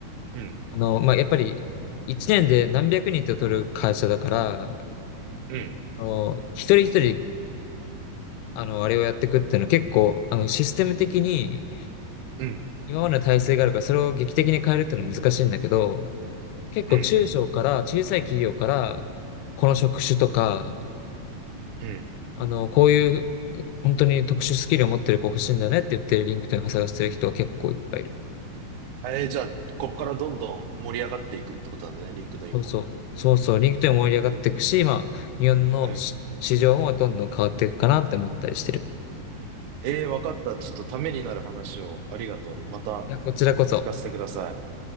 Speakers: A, on the right (about 70°); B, on the left (about 90°).
A: うん、
B: あの、まあ、やっぱり、一年で何百人って取る会社だから、
A: うん、
B: あの、一人一人、あの、あれをやっていくっていうのは結構、あの、システム的に、
A: うん、
B: 今までの体制があるから、それを劇的に変えるっていうのは難しいんだけど、結構中小から、
A: うん、うん、
B: 小さい企業から、この職種とか、
A: うん。
B: あの、こういう本当に特殊スキルを持ってる子欲しいんだよねって言って、リンクトインを探してる人は結構いっぱいいる。
A: えー、じゃあ、こっからどんどん盛り上がっていくってことなんだね、リンクドインも。
B: そうそう。そうそう。リンクトインも盛り上がっていくし、まあ、日本のし市場もどんどん変わっていくかなって思ったりしてる。
A: うん。えー、わかった。ちょっとためになる話をありがとう。また
B: いや、こちらこそ。
A: 聞かせてください。